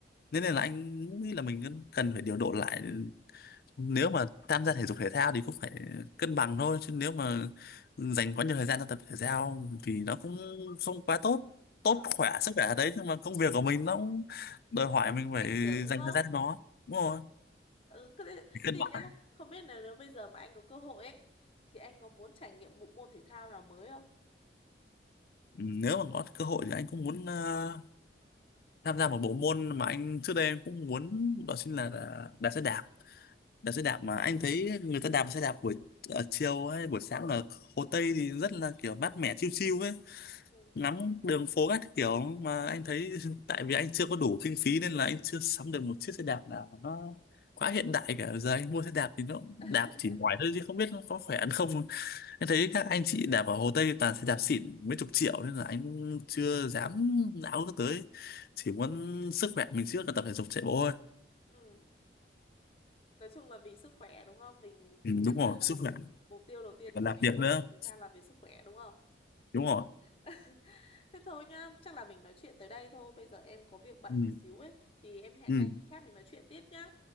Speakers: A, on the left; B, on the left.
A: Thế nên là anh nghĩ là mình cần cần phải điều độ lại nếu mà tham gia thể dục thể thao thì cũng phải cân bằng thôi chứ nếu mà dành quá nhiều thời gian cho tập thể thao thì nó cũng không quá tốt tốt
B: Ờ,
A: khỏe sức khỏe ở đấy nhưng mà công việc của mình nó cũng đòi hỏi mình phải
B: ảnh hưởng đúng
A: dành
B: không?
A: thời gian cho nó đúng rồi
B: Ừ, thế thế
A: phải cân
B: thì
A: bằng
B: nhá, không biết là nếu bây giờ mà anh có cơ hội ấy thì anh có muốn trải nghiệm bộ môn thể thao nào mới không?
A: Ừ, nếu mà có cơ hội thì anh cũng muốn ờ, tham gia một bộ môn mà anh trước đây em cũng muốn đó chính là là đạp xe đạp đạp xe đạp mà anh thấy người ta đạp xe đạp buổi ở chiều hay buổi sáng ở Hồ Tây thì rất là kiểu mát mẻ chill chill ấy
B: Ừ.
A: ngắm đường phố các kiểu mà anh thấy <laughs> tại vì anh chưa có đủ kinh phí nên là anh chưa sắm được một chiếc xe đạp nào nó quá hiện đại cả giờ anh mua xe đạp thì nó cũng đạp
B: <laughs>
A: chỉ ngoài thôi chứ không biết nó có khỏe ăn không anh thấy các anh chị đạp ở Hồ Tây toàn sẽ đạp xịn mấy chục triệu nên là anh chưa dám não nó tới. Chỉ muốn sức khỏe mình trước là tập thể dục chạy bộ thôi.
B: Ừ. nói chung là vì sức khỏe đúng không mình
A: Ừ,
B: căn
A: đúng rồi,
B: bản là
A: sức
B: mục
A: khỏe.
B: mục tiêu đầu tiên
A: Còn
B: của
A: làm
B: mình
A: việc
B: khi
A: nữa.
B: đăng ký ra là về sức khỏe đúng không
A: Đúng rồi.
B: <laughs> thế thôi nhá chắc là mình nói chuyện tới đây thôi bây giờ em có việc bận
A: Ừ.
B: một xíu ấy thì em hẹn
A: Ừ.
B: anh khác mình nói chuyện tiếp nhá